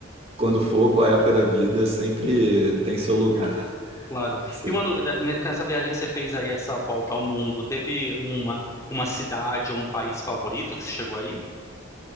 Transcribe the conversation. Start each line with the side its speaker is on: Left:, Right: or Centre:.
Right: quando for, qual época da vida, sempre tem seu lugar.
Left: claro.
Right: Você-
Left: E uma dúvida, né, com essa viagem que você fez aí, essa volta ao mundo, teve uma, uma cidade ou um país favorito que você chegou aí?